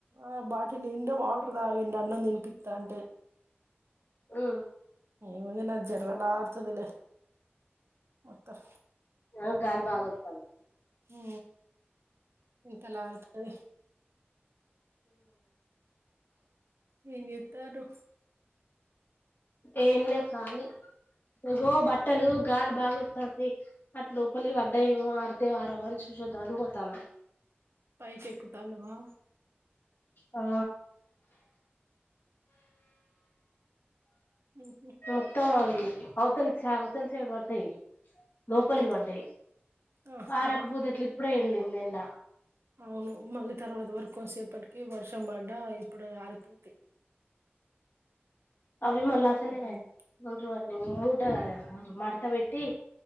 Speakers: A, on the right (about 80°); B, on the left (about 55°).
A: ఆ బాటిల్ నిండా వాడు తాగిండు అన్నం తినిపిత్తంటే
B: ఉ
A: ముందున జరలార్థదిలే మొత్తం
B: ఆ గాలి బాగొత్తాంది
A: ఉ ఇంతలాలతది ఏం చే తాండ్రు
B: ఏం లే ఖాలి ఇగో బట్టలు గాలి బాగా వస్తాంది అట్ లోపలి పడ్డాయేమో ఆరతయొ ఆరవో అని చూసొద్దా మని పోతన్నా
A: పైకెక్కుతన్నావా
B: ఆ
A: ఉహు
B: మొత్తమ అవి అవుతలి సా అవుతలి సైడ్ పడ్తాయి లోపలికి
A: అవునా
B: పడ్డాయి
A: ఆహా
B: ఆరకపోతే ఇట్లే ఇప్పుడే వెళ్ళిన్ నిన్న
A: అవును మళ్ళీ తర్వాత వరకు కొసేపటికే వర్షం పడ్డా ఇప్పుడు ఆరిపోతాయి
B: అవి మళ్ళ అసలే
A: ఉమ్.
B: గుంటరు ని మూట మడత పెట్టి